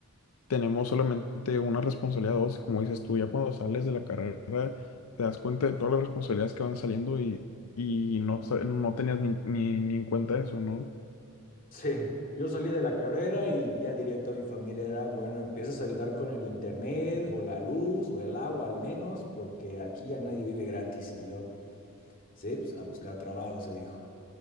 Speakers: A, on the left; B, on the left.
A: tenemos solamente una responsabilidad o dos, y como dices tú, ya cuando sales de la carrera te das cuenta de todas las responsabilidades que van saliendo y, y no, sa- no tenías ni, ni, ni en cuenta eso, ¿no?
B: Sí, yo salí de la carrera y ya directo a mi familia era, bueno, empiezas a ayudar con el internet o la luz o el agua al menos, porque aquí ya nadie vive gratis y yo, sí, pues a buscar trabajo, se dijo.